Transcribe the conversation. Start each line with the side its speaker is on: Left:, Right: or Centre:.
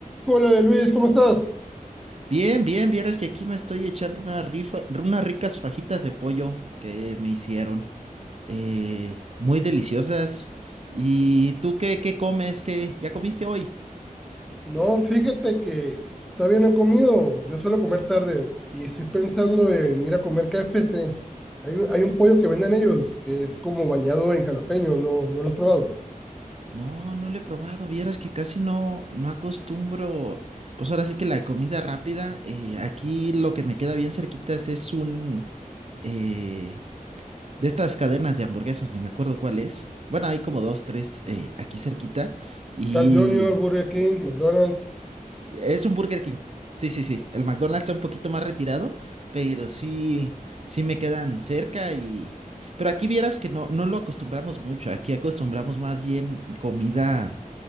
Centre: Hola Luis, ¿cómo estás?
Right: Bien, bien, vieras que aquí me estoy echando una rifa, unas ricas fajitas de pollo que me hicieron. eh, muy deliciosas. ¿Y tú qué, qué comes? ¿Qué ya comiste hoy?
Centre: No, fíjate que todavía no he comido. Yo suelo comer tarde y estoy pensando en ir a comer KFC. Hay un, hay un pollo que venden ellos que es como bañado en jalapeño, ¿no, no lo has probado?
Right: No, no lo he probado. Vieras que casi no, no acostumbro. Pues ahora sí que la comida rápida. eh, aquí lo que me queda bien cerquitas es un eh, de estas cadenas de hamburguesas, ni me acuerdo cuál es. Bueno, hay como dos, tres eh, aquí cerquita. Y
Centre: Carl Jr., Burger King, McDonald's.
Right: Es un Burger King. Sí, sí, sí. El McDonald's está un poquito más retirado, pero sí, sí me quedan cerca y... Pero aquí vieras que no, no lo acostumbramos mucho. Aquí acostumbramos más bien comida,